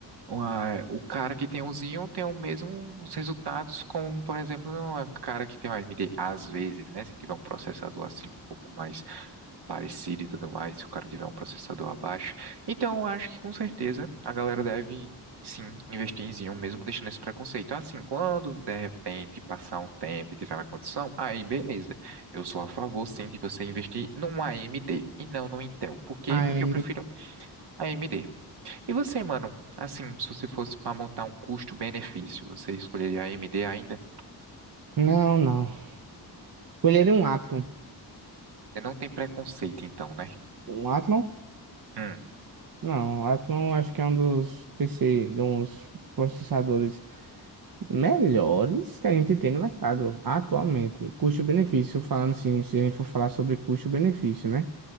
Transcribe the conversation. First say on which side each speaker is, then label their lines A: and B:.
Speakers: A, on the right; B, on the right.
A: Uma- o cara que tem o Xeon tem os mesmos resultados como, por exemplo, o cara que tem o AMD, às vezes, né? Se tiver um processador assim um pouco mais parecido e tudo mais, se o cara tiver um processador abaixo. Então, eu acho que com certeza a galera deve, sim, investir em Xeon, mesmo deixando esse preconceito. Assim, quando de repente passar um tempo e tiver uma condição, aí beleza. Eu sou a favor, sim, de você investir num AMD e não no Intel. Por quê?
B: Ai,
A: Porque eu prefiro AMD. E você, mano? Assim, se você fosse para montar um custo-benefício, você escolheria AMD ainda?
B: não, não. Escolheria um Athlon.
A: Você não tem preconceito, então, né?
B: Um Athlon?
A: Hum.
B: Não, o Athlon acho que é um dos PC, de uns processadores melhores que a gente tem no mercado atualmente. Custo-benefício, falando assim, se a gente for falar sobre custo-benefício, né?